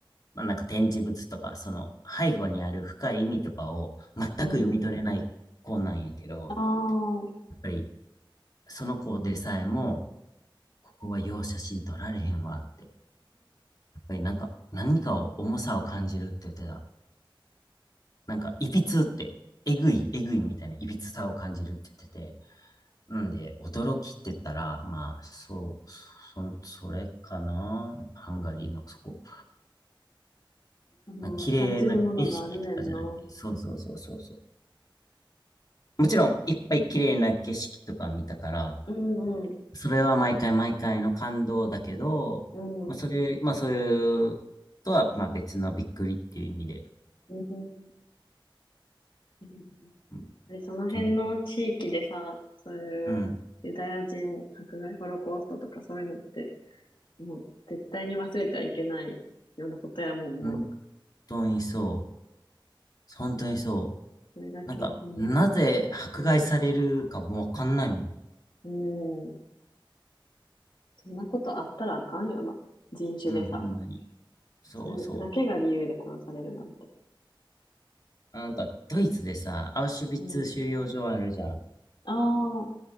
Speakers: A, on the left (about 45°); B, on the left (about 65°).
A: まあ、なんか展示物とか、その背後にある深い意味とかを全く読み取れない子なんやけど、
B: うん。ああ、うん
A: やっぱりその子でさえも、ここはよう写真撮られへんわって、やっぱりなんか何かを重さを感じるって言ってた。なんか、いびつって、えぐい、えぐいみたいないびつさを感じるって言ってて、なんで、驚きって言ったら、まあ、そう、そ、それかな。やっぱハンガリーのそこ。
B: その、
A: なんか綺麗な景色とかじゃなくて、
B: 感じるものがあるねんな。
A: そうそうそうそうそう。もちろん、いっぱい綺麗な景色とか見たから、
B: うん、うん、
A: それは毎回毎回の感動だけど、
B: うん、
A: まあ、それ、まあ、そういうとは、まあ、別のびっくりっていう意味で。
B: うん。えー
A: うん
B: で、その辺の地域でさ、
A: と、
B: そういうユダヤ人迫害、
A: うん、
B: ホロコーストとかそういうのって、もう絶対に忘れてはいけないようなことやもんな。
A: 本当にそう。本当にそう。
B: それだけ、
A: なんか、
B: うん、
A: なぜ迫害されるかもわかんないもん。
B: うん、うん。そんなことあったらあかんよな。人種でさ。
A: うん、ほんまに。そうそ
B: それだけが理由で殺されるなんて。
A: う。なんか、ドイツでさ、アウシュビッツ収容所あるじゃん。
B: うん。ああ、